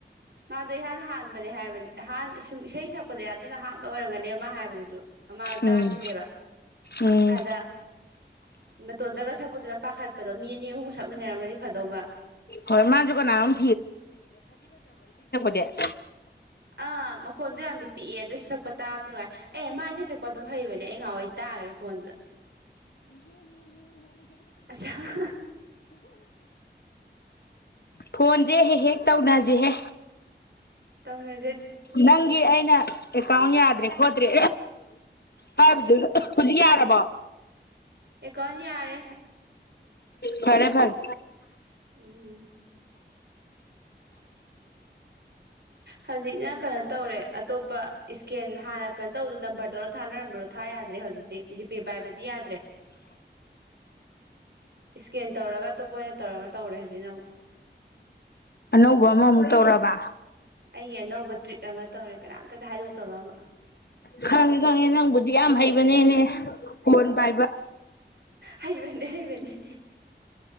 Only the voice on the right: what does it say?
ꯃꯥꯗꯣ ꯏꯍꯥꯟ ꯍꯥꯟꯕꯅꯦ ꯍꯥꯏꯕꯅꯦꯍꯥꯟ ꯁꯨꯝ ꯏꯁꯩ ꯁꯛꯄꯗ ꯑꯗꯨꯅ ꯑꯥꯟꯕ ꯑꯣꯏꯔꯝꯒꯅꯦꯕ ꯃꯥ ꯍꯥꯏꯕꯗꯨꯁꯨ ꯃꯃꯥꯡꯗ
ꯇꯥꯈꯤꯗꯦꯕ
ꯑꯗ ꯃꯇꯣꯟꯇꯒ ꯁꯛꯄꯗꯨꯗ ꯄꯥꯈꯠꯄꯗꯣ ꯃꯤ ꯑꯅꯤ ꯑꯍꯨꯝ ꯁꯛꯃꯤꯟꯅꯔꯝꯃꯗꯤ ꯐꯗꯧꯕ
ꯑꯥ ꯃꯈꯣꯟꯗꯣ ꯌꯥꯝꯗꯤ ꯄꯤꯛꯑꯦ ꯑꯗꯨꯁꯨ ꯁꯛꯄ ꯇꯥꯕꯁꯨ ꯅꯨꯡꯉꯥꯏ ꯑꯦ ꯃꯥ ꯏꯁꯩ ꯁꯛꯄ ꯑꯗꯨꯝ ꯍꯩꯕꯅꯦ ꯑꯩ ꯉꯍꯋꯥꯏ ꯇꯥꯈ꯭ꯔꯦ ꯐꯣꯟꯗ ꯑꯆꯥꯥ
ꯇꯧꯅꯦꯦ
ꯑꯩ ꯀꯣꯟ ꯌꯥꯔꯦ
ꯎꯝ ꯍꯧꯖꯤꯛꯅ ꯀꯩꯅꯣ ꯇꯧꯔꯦ ꯑꯇꯣꯞꯄ ꯏꯁꯀꯦꯟ ꯍꯥꯟꯅ ꯀꯩꯅꯣ ꯇꯧꯕꯗ ꯅꯝꯕꯔꯗꯔ ꯊꯥꯅꯔꯝꯕꯗꯣ ꯊꯥ ꯌꯥꯗ꯭ꯔꯦ ꯍꯧꯖꯤꯛꯇꯤ ꯖꯤꯄꯦ ꯄꯥꯏꯕꯗꯤ ꯌꯥꯗ꯭ꯔꯦ ꯏꯁꯀꯦꯟ ꯇꯧꯔꯒ ꯑꯇꯣꯞꯄ ꯑꯣꯏꯅ ꯇꯧꯔꯒ ꯇꯧꯔꯦ ꯍꯧꯖꯤꯛꯅ ꯑꯃꯛ
ꯑꯩꯒꯤ ꯑꯅꯧꯕ ꯇ꯭ꯔꯤꯛ ꯑꯃ ꯇꯧꯔꯦ ꯀꯅꯥꯝꯇꯗ ꯍꯥꯏꯗꯣꯛꯇꯕ ꯑꯃ
ꯍꯩꯕꯅꯦ ꯍꯩꯕꯅꯤ